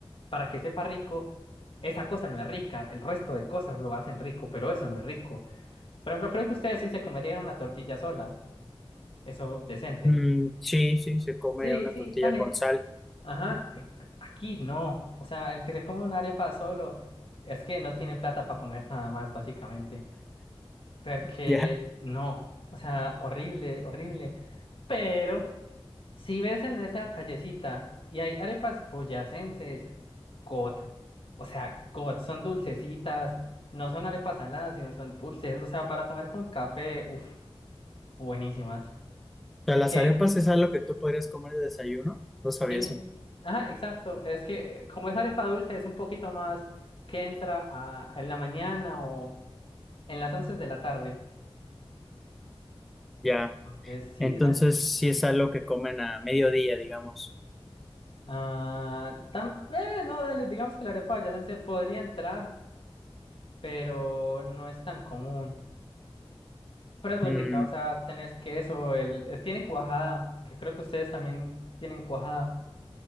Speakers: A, on the left; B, in the centre.
A: para que sepa rico, esa cosa no es rica, el resto de cosas lo hacen rico, pero eso no es rico. Por ejemplo, creo que ustedes sí se comerían una tortilla sola, eso decente.
B: Mm, sí, sí, se come
A: Sí,
B: una
A: sí,
B: tortilla
A: dale.
B: con sal. <laughs>
A: Ajá, eh, aquí no. O sea, el que se come una arepa solo es que no tiene plata para comer nada más, básicamente. Porque
B: Ya.
A: no. O sea, horrible, horrible. Pero si ves en esa callecita y hay arepas boyacenses, God. O sea, God, son dulcecitas. No son arepas saladas, sino son dulces. O sea, para comer con café, uff, buenísimas. Eh,
B: O sea, las
A: ¿qué?
B: arepas es algo que tú podrías comer de desayuno. No sabía
A: Sí,
B: eso.
A: ajá, exacto. Es que como es arepa dulce, es un poquito más que entra a, en la mañana o en las 11 de la tarde.
B: Ya.
A: Entonces, sí,
B: Entonces,
A: dale.
B: sí
A: dale.
B: es algo que comen a mediodía, digamos.
A: Ah, tam- eh, no, dale, digamos que la arepa boyacense podría entrar, pero no es tan común. Pero es muy
B: Mm,
A: rica, o sea, tenés queso, el, es- tiene cuajada, que creo que ustedes también tienen cuajada.